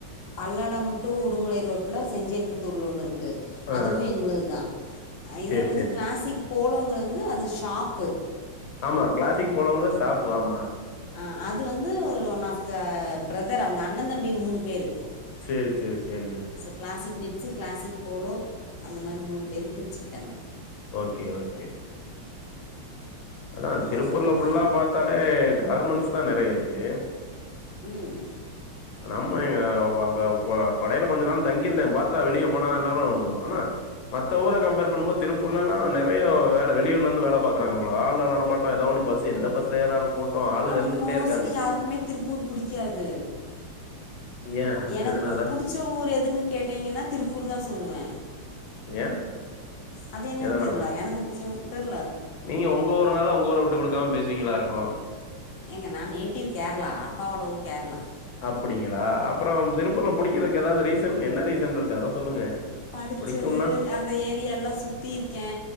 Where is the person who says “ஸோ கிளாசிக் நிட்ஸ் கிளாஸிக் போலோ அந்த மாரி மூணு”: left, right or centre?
Left